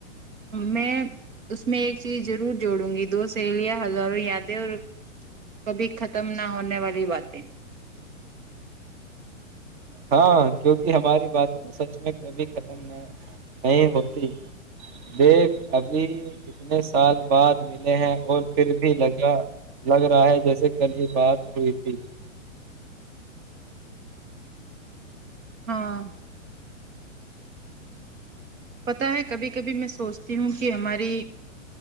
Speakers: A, on the right; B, on the right.
A: میں اس میں ایک چیز ضرور جوڑوں گی دو سہیلیاں ہزاروں یادیں اور کبھی ختم نہ ہونے والی باتیں
B: ہاں کیونکہ ہماری باتیں تو سچ میں کبھی ختم نہیں ہوتی دیکھ ابھی اتنے سال بعد ملے ہیں اور پھر بھی لگا لگ رہا ہے جیسے کل ہی بات ہوئی تھی
A: ہاں پتا ہے کبھی کبھی میں سوچتی ہوں کہ ہماری